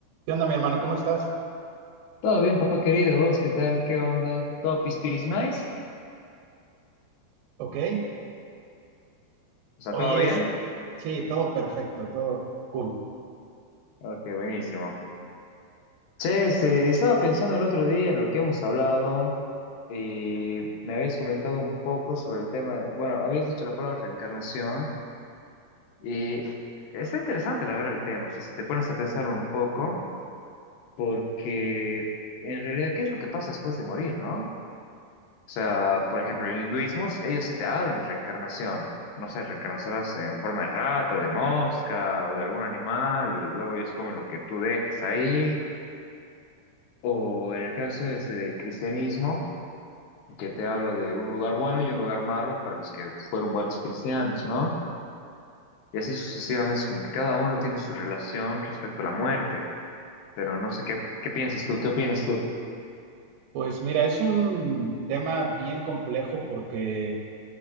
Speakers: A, on the right; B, on the left.
A: ¿Qué onda, mi hermano? ¿Cómo estás?
B: Todo bien, papá querido. ¿Vos qué tal? ¿Qué onda? ¿Todo pispiris nice?
A: Ok.
B: O sea,
A: Oye,
B: ¿todo bien?
A: es- sí, todo perfecto, todo cool.
B: Ok, buenísimo. Che, este, estaba pensando el otro día en lo que hemos hablado y me habías comentado un poco sobre el tema. de- bueno, habías dicho la palabra reencarnación y está interesante la verdad el tema. O sea, si te pones a pensarlo un poco, porque en realidad, ¿qué es lo que pasa después de morir, no? O sea, por ejemplo, el hinduismo, ellos sí te hablan de reencarnación. No sé, reencarnarás en forma de rata, de mosca o de algún animal y luego ellos comen lo que tú dejes ahí. O en el caso este del cristianismo, que te habla de un lugar bueno y un lugar malo para los que fueron buenos cristianos, ¿no? Y así sucesivamente, es como que cada uno tiene su relación respecto a la muerte. Pero no sé qué, qué piensas tú, qué opinas tú.
A: Pues mira, es un tema bien complejo porque,